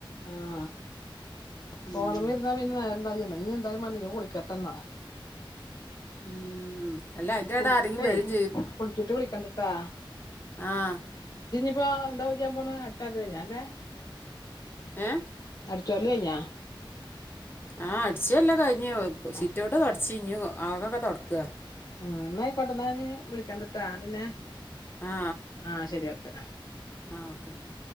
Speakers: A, on the left; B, on the left.
A: ആഹ പോണമെര്ന്ന
B: ഉം
A: പിന്നെ ന്നേര ന്നാ നീ എന്തായമല്ല ഞാൻ കുളിക്കെട്ടെന്നാ
B: ഉം അല്ല അയിന്റെടെ
A: കുളിച്ചിട്ടേ
B: ആരെങ്കിലും വരും
A: കുളിച്ചിട്ട് വിളിക്കണ്ട്ട്ടാ.
B: ആഹ
A: പ്പോ ന്തായ്യാൻ പോണ് <unintelligible>
B: ഏ?
A: ജോലികഴിഞ്ഞ?
B: ആഹ് അടിചൊല്ല കഴിഞ്ഞ്
A: ആ
B: സിറ്റോട്ട് തുടച്ച് ഞ് ആകൊക്കെ തൊട്ക്ക.
A: ഉ ന്നായിക്കോട്ടെ ന്ന ഞ് വിളിക്കാണ്ട് ട്ടാ പിന്നെ
B: ആ
A: ആഹ ശരി ഓക്കെ.
B: ആഹ ഓക്കെേന്ന.